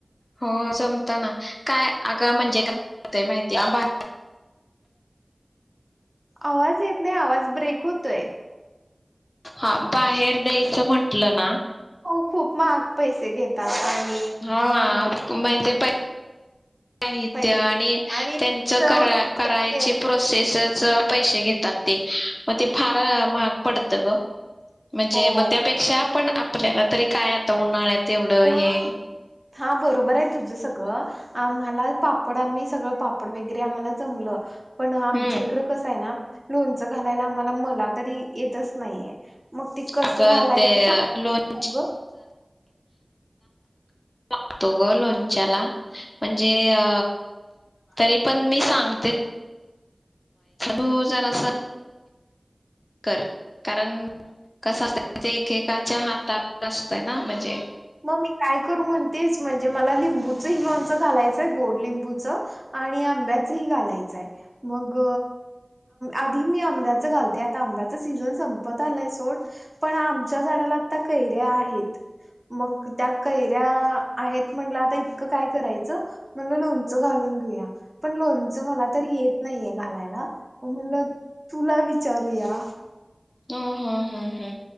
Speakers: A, on the left (about 35°); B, on the right (about 25°).
A: हो जमत ना अगं म्हणजे काय काय माहिती आंबा
B: आवाज येत नाही, आवाज ब्रेक होतोय.
A: हा, बाहेर द्यायचं म्हंटलं ना
B: हो खूप महाग पैसे घेतात आणि
A: हा,
B: अ
A: म्हणजे पै साहित्य
B: पैसे
A: आणि
B: आणि
A: त्यांचं
B: चव
A: करा
B: देत
A: करायची
B: नाही
A: प्रोसेसच पैसे घेतात ते, मग ते फार महाग पडत गं. म्हणजे
B: हो
A: मग त्यापेक्षा आपण आप आपल्याला तरी काय आता उन्हाळ्यात एवढं
B: अ
A: हे
B: हा बरोबर आहे तुझं सगळं आम्हाला पापड आम्ही सगळं पापड वगैरे आम्हाला जमलं. पण आमच्या
A: हम्म
B: इकडं कसं आहे ना. लोनच घालायला आम्हाला मला तरी येतच नाहीये. मग ते कसं
A: अग
B: घालायचं
A: ते
B: सांग
A: लोन
B: अग
A: गतो ग लोणच्याला म्हणजे अ तरी पण मी सांगते. तू जर अस कर कारण कसत एकेकाच्या हातावर असतंय ना म्हणजे
B: मग मी काय करू म्हणतेस म्हणजे मला लिंबूचंही लणच घालायचंय गोड लिंबूचं आणि आंब्याचंही घालायचंय मग आधी मी आमदद घाल आ आंब्या सीझन संपत आलाय सोड पण आमच्या झाडाला आता कैर्या आहेत. मग त्या कैऱ्या आहेत म्हणलं आता इतकं काय करायचं म्हणलं लोणचं घालून घेऊया पण लोण मला तरी येत नाहीय घालायला. म म्हणलं तुला विचारूया.
A: ह हा हा हा.